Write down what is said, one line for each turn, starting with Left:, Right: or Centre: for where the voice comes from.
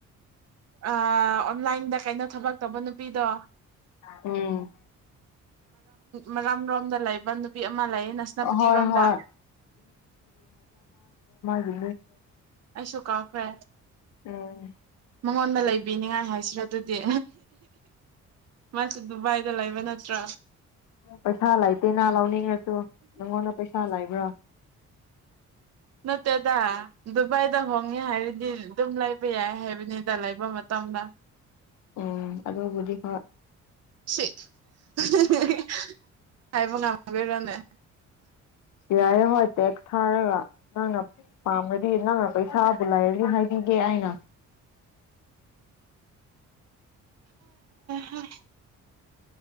Right: ꯑꯣꯟꯂꯥꯏꯟꯗ ꯀꯩꯅꯣ ꯊꯕꯛ ꯇꯧꯕ ꯅꯨꯄꯤꯗꯣ
Left: ꯎꯝ
Right: ꯃ ꯥꯝ ꯔꯣꯝꯗ ꯂꯩꯕ ꯅꯨꯄꯤ ꯑꯃ ꯂꯩꯌꯦ ꯅꯁꯅꯥꯄꯇꯤ
Left: ꯍꯣꯏ
Right: ꯔꯣꯝꯗ
Left: ꯍꯣꯏ ꯏꯃꯗꯣ
Right: ꯑꯁꯣ ꯀꯥꯐꯦ
Left: ꯎꯝ
Right: ꯃꯪꯣꯟꯗ ꯂꯩ ꯕꯤꯅꯤꯉꯥꯏ ꯍꯥꯏꯁꯤꯔꯥ ꯑꯗꯨꯗꯤ ꯃꯥꯁꯨ ꯗꯨꯕꯥꯏꯗ ꯂꯩꯕ ꯅꯠꯇ꯭ꯔꯣ
Left: ꯄꯩꯁꯥ ꯂꯩꯇꯦꯅ ꯂꯧꯅꯤꯡꯉꯁꯨ ꯅꯪꯉꯣꯟꯗ ꯄꯩꯁꯥ ꯂꯩꯕ꯭ꯔꯣ
Right: ꯅꯠꯇꯦꯗ ꯗꯨꯕꯥꯏꯗ ꯍꯣꯡꯉꯦ ꯍꯥꯏꯔꯗꯤ ꯑꯗꯨꯝ ꯂꯩꯕ ꯌꯥꯏ ꯍꯥꯏꯕꯅꯤꯗ ꯂꯩꯕ ꯃꯇꯝꯗ
Left: ꯑꯣꯝ ꯑꯗꯨꯗꯣꯕꯨꯗꯤ ꯍ
Right: ꯁꯦ <unintelligible> ꯍꯥꯏꯕꯣ ꯉ ꯀꯔꯅꯦꯦ
Left: ꯌꯥꯔꯦ ꯍꯣꯏ ꯇꯦꯛꯁ ꯊꯥꯔꯒ ꯑꯉ ꯃꯥꯃ ꯗꯤ ꯅꯪꯅ ꯄꯩꯁꯥꯕꯨ ꯂꯩꯔꯅꯤ ꯍꯥꯏꯕꯤꯒꯦ ꯑꯅ
Right: ꯍꯝ